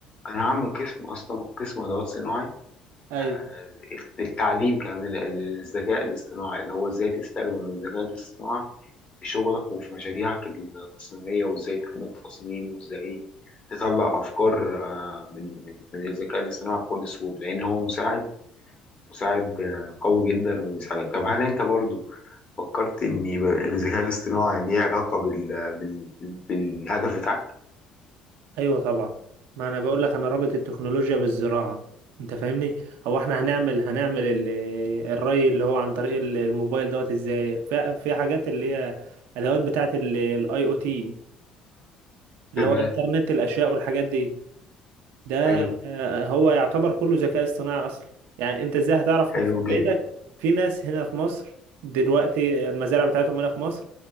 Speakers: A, on the left; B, on the right.
A: أنا هعمل قسم أصلا قسم أدوات صناعي
B: ايوه
A: آه، التعليم كمان للذكاء الاصطناعي اللي هو إزاي تستخدم الذكاء الاصطناعي في شغلك وفي مشاريعك التصميمية وإزاي تعمل تصميم وإزاي تطلع أفكار آه، من من من الذكاء الاصطناعي بكل سهولة لأن هو مساعد مساعد آه، قوي جدا ويساعدك طب هل انت برضو فكرت ان يبقى الذكاء الاصطناعي ليه علاقة بال... بال... بالهدف بتاعك
B: ايوه طبعا ما انا بقول لك انا رابط التكنولوجيا بالزراعة انت فاهمني هو احنا هنعمل هنعمل ال... الري اللي هو عن طريق ال- الموبايل دوت ازاي في... في حاجات اللي هي ادوات بتاعت الاي او تي اللي
A: تمام
B: هو انترنت الاشياء والحاجات دي ده
A: حلو
B: آه، هو يعتبر كله ذكاء اصطناعي اصلا يعني انت ازاي هتعرف
A: حلو
B: في
A: جدا
B: بيتك في ناس هنا في مصر دلوقتي المزارع بتاعتهم هنا في مصر